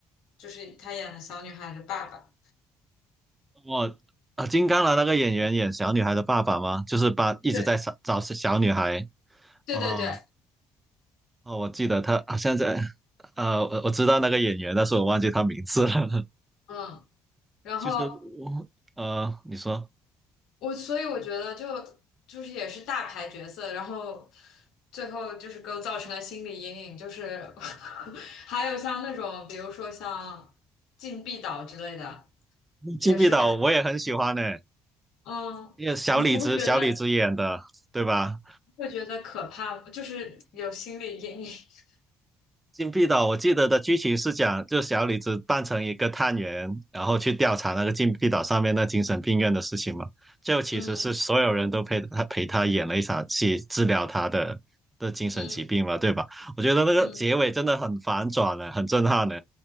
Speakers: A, on the left; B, on the right.
A: 就是他演了小女孩的爸爸。
B: 我。啊，金刚狼那个演员演小女孩的爸爸吗？就是把一直在找找小女孩
A: 对对对对，
B: 哦，哦，我记得他好像在，呃，我我知道那个演员，但是我忘记他名字了。<laughs>
A: 嗯，然后
B: 其实我，呃，你说
A: 我所以我觉得就就是也是大牌角色，然后最后就是给我造成了心理阴影，就是 <laughs> 还有像那种比如说像禁闭岛之类的，
B: 《禁闭岛》我也很喜欢呢，
A: 也是感。嗯，
B: 因为小李子小李子演的，
A: 你不会觉得
B: 对吧？
A: 会觉得可怕，就是有心理阴影。<laughs>
B: 《禁闭岛》我记得的剧情是讲，就小李子扮成一个探员，然后去调查那个禁闭岛上面那精神病院的事情嘛。就其实是所有人都陪他陪他演了一场戏，
A: 嗯
B: 治疗他的的精神疾病嘛，
A: 嗯
B: 对吧？我觉得那个结尾真的很反转呢，
A: 嗯
B: 很震撼呢。